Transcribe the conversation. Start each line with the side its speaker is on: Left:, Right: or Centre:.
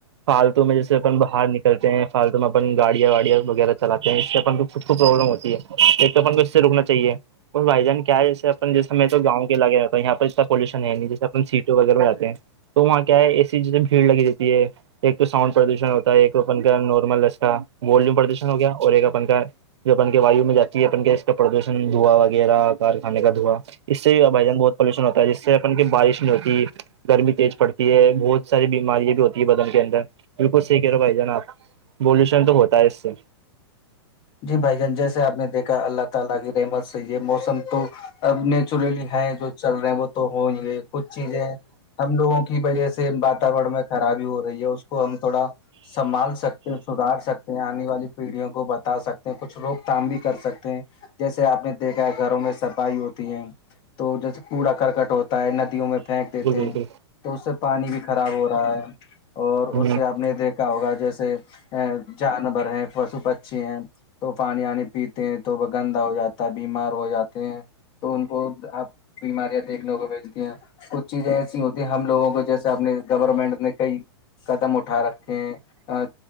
Right: فالتو میں جیسے اپن باہر نکلتے ہیں فالتو میں اپن گاڑیاں واڑیاں وغیرہ چلاتے ہیں اس سے اپن کو خود کو پرابلم ہوتی ہے ایک تو اپن کو اس سے رکنا چاہیے اور بھائی جان کیا جیسے اپ جیسے میں تو گؤں کے علاے رہتا ہوں یہاں پر ا پالوشن ہے نہیں جیسے اپ سٹ وغیرہ میں جتے ہیں تو وہاں کیا ہے اے سی جیسے بھیڑ لگی جاتتی ہے ایک تو سؤنڈ پردوشن ہوتا ہے ایک تو اپن کا نارمل کا وولوم پردوشن ہو گیا اور ایک اپن کا جو اپن کے وایو میں جاتی ہے اپن کے اس کا پردوشن دھواں وغیرہ کار کانے کا دھوا اس سے بائی جان بہت پالوشن ہوتا ہے جس سے اپن کی بارش نہیں ہوتی گرمی تیز پڑتی تی ہے بہت ساری بیماریا بھی ہوتی ہے بدن کے اندر بالک صحی کہہ رہو بھائی جانا آپ بولوشن تو ہوتا ہے اس سے
Left: جی بھائی جان جیسے آپ نے دیکھا اللہ تعالا کی رحمت سے یہ موسم تو اب نیچورلی ہے جو چل رہا ہیں وہ تو ہو نہیں گے کچھ چیزیں ہم لوگوں کی وجہ سے واتورن میں خرابی ہو رہی ہے اس کو ہم تھوڑا سنبھال سکتے ہیں سدار سکتے ہیں آنے والی پیڑھیوں کو ب سکتے ہیں کچھ روک تھام بھی کر سکتے ہیں جیسے آپ نے دیکھا ہے گھروں میں صفائی ہوتی ہے تو جیسے کوڑا کرکٹ ہوتا ہے ندیوں میں پھینک دیتے
Right: بالکل
Left: ہیں تو اس سے پانی بھی خراب ہو رہا ہے اور
Right: بالکل
Left: اس
Right: ہ
Left: سے آپ نے دیکھ ہوگا جیسے جانور ہیں پشو پکچی ہیں تو پانی آانی پیتے ہیں تو وہ گندا ہو جاتا ہے بیمار ہو جاتے ہیں تو ان کو آپ بیماریاں دیکھنے کو بیلتی ہیں کچھ چیزیں ایسی ہوتی ہیں ہم لوگوں کو جیسے اپنے گورنمنٹ نے کئی قدم اٹھا رکھا